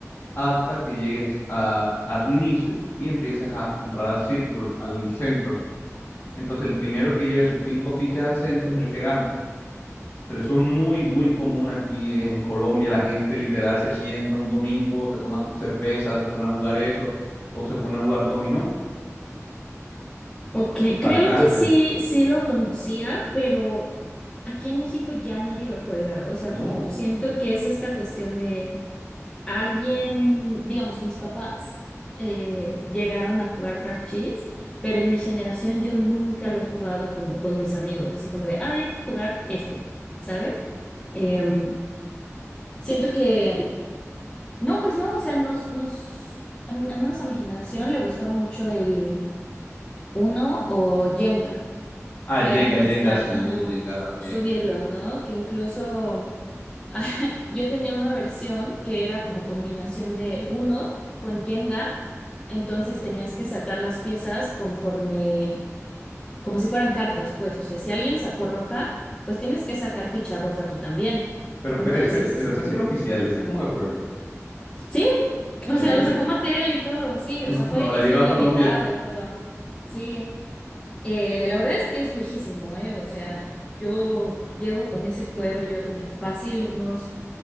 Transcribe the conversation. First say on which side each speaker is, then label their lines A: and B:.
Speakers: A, on the left; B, on the left.
A: hasta que llegues a, a tu inicio y empieces a entrar al círculo, al centro. Entonces, el primero que lleve sus cinco fichas al centro es el que gana. Pero eso es muy, muy común aquí en, en Colombia. La gente literal se sienta un domingo, se toma sus cervezas, se pone a jugar eso, o se pone a jugar dominó.
B: Ok,
A: Bastante,
B: creo que sí, sí lo conocía, pero aquí en México ya nadie lo juega. O sea,
A: ¿no?
B: como siento que es esta cuestión de Alguien, digamos, mis papás eh, llegaron a jugar parchís, pero en mi generación yo nunca lo he jugado como con mis amigos, así como de, ay, hay que jugar esto, ¿sabes? Em, siento que, no, pues no, o sea, nos, nos, al al menos a mi generación le gustaba mucho el Uno o Jenga
A: Ah,
B: que
A: el Jenga,
B: eran
A: el
B: esta,
A: Jenga, sí,
B: ajá,
A: el Jenga también.
B: subirlo, ¿no? Que incluso <laughs> yo tenía una versión que era como combinación de uno con Jenga, entonces tenías que sacar las piezas conforme, como si fueran cartas, pues, o sea, si alguien sacó roja, pues tienes que sacar ficha roja tú también.
A: Pero
B: Entonces,
A: Fer, ese, pero ese sí era oficial, ese modo de juego.
B: sí, o
A: Sí,
B: sea, lo sacó Mattel y todo,
A: <laughs>
B: sí,
A: no,
B: o sea, fue
A: no habrá
B: edición
A: llegado
B: limitada
A: a Colombia,
B: y todo. Sí, Eh, la verdad es que es viejísimo, ¿eh? O sea, yo llevo con ese juego, yo creo que fácil, unos